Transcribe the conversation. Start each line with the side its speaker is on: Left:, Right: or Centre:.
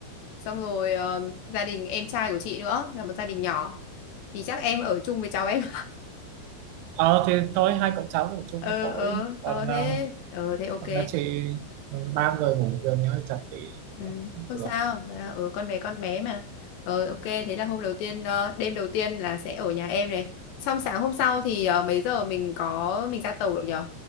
Left: Xong rồi ờ, gia đình em trai của chị nữa là một gia đình nhỏ. Thì chắc em ở chung với cháu em. <laughs>
Right: ờ thì thôi hai cậu cháu ngủ chung
Left: Ờ,
Right: một tối
Left: ờ,
Right: còn
Left: ờ thế.
Right: ờ,
Left: Ờ, thế ok.
Right: còn đã chị ừ, ba người ngủ giường thì hơi chật tí
Left: Ừ,
Right: Cũng
Left: không
Right: được
Left: sao Dạ, ừ, con bé con bé mà ờ, ok thế là hôm đầu tiên ờ, đêm đầu tiên là sẽ ở nhà em này xong sáng hôm sau thì ờ, mấy giờ mình có mình ra tàu được nhở